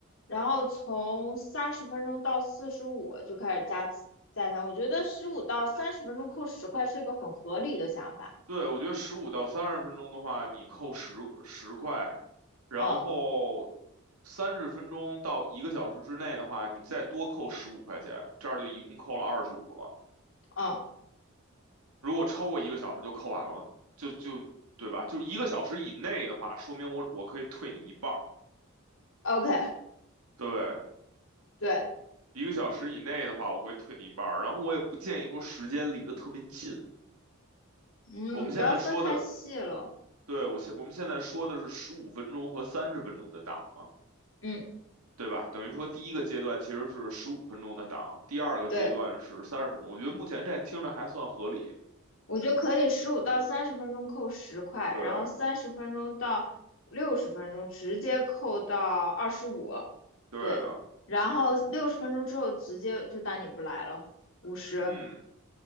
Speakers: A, on the left; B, on the right.
A: 然后从三十分钟到四十五就开始加加强。我觉得十五到三十分钟扣十块是一个很合理的想法。
B: 对，我觉得十五到三十分钟的话，你扣十十块，然后
A: 嗯
B: 三十分钟到一个小时之内的话，你再多扣十五块钱，这样就一共扣了二十五了。
A: 嗯
B: 如果超过一个小时就扣完了，就就对吧？就是一个小时以内的话，说明我我可以退你一半儿。
A: ，OK，
B: 对，
A: 对，
B: 一个小时以内的话，我会退你一半儿。然后我也不建议说时间离得特别近。
A: 嗯，
B: 我们现在说的，
A: 不要分太细了。
B: 对，我现我们现在说的是十五分钟和三十分钟的档嘛。
A: 嗯，
B: 对吧？等于说第一个阶段其实是十五分钟的档，第二个阶段是三十分钟。
A: 对。
B: 我觉得目前这听着还算合理。
A: 我觉得可以十五到三十分钟扣十块，
B: 对，
A: 然后三十分钟到六十分钟直接扣到二十五，
B: 对的，
A: 对，然后六十分钟之后直接就当你不来了，五十，
B: 嗯，